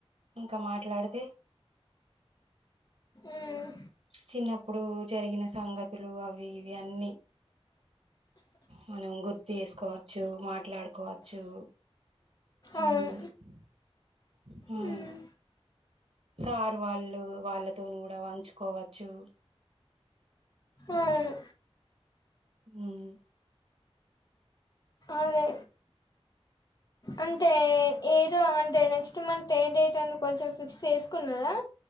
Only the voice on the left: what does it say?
ఉమ్,
అవును
ఉమ్,
ఆవును
అదే అంతే ఏదో అంతే నెక్స్ట్ మంత్ ఏ డేట్ అని కొంచెం ఫిక్స్ చేసుకున్నారా